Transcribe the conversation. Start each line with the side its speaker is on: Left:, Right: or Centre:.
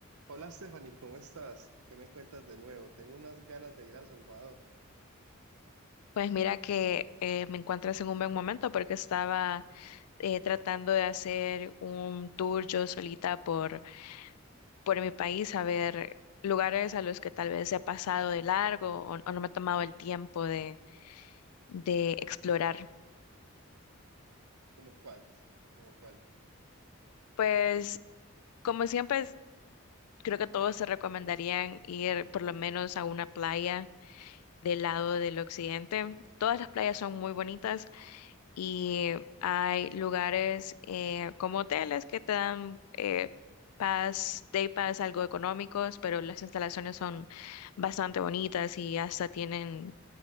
Right: Hola Stephanie, ¿cómo estás? ¿Qué me cuentas de nuevo? Tengo unas ganas de ir a Salvador.
Left: Pues mira que eh, me encuentras en un buen momento porque estaba eh, tratando de hacer un tour yo solita por, por mi país, a ver lugares a los que tal vez he pasado de largo o, o no me he tomado el tiempo de, de explorar.
Right: ¿Cómo cuáles? ¿Cómo cuáles?
Left: Pues como siempre, es- creo que todos se recomendarían ir por lo menos a una playa del lado del occidente. Todas las playas son muy bonitas y hay lugares eh, como hoteles que te dan eh, pass, day pass algo económicos, pero las instalaciones son bastante bonitas y hasta tienen